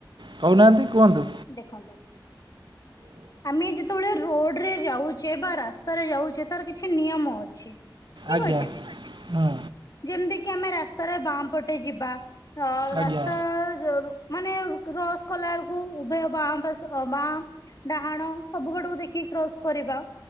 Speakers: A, on the right; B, on the left.
A: କହୁନାହାନ୍ତି କୁହନ୍ତୁ।
B: ଦେଖନ୍ତୁ। ଆମେ ଯେତେବେଳେ ରୋଡରେ ଯାଉଛେ ବା ରାସ୍ତାରେ ଯାଉଛେ ତାର କିଛି ନିୟମ ଅଛି ଠିକ
A: ଆଜ୍ଞା
B: ଅଛି।
A: ହୁଁ
B: ଯେମିତିକିି ଆମେ ରାସ୍ତାରେ ବାଁ ପଟେ ଯିବା ଅ ରାସ୍ତା
A: ଆଜ୍ଞା
B: ଜରୁ ମାନେ କ୍ରସ କଲାବେଳକୁ ଉଭୟ ବାଁ ପାସ୍ ଅ ବାଁ। ଡାହାଣ ସବୁ ଆଡକୁ ଦେଖିକି କ୍ରସ କରିବା।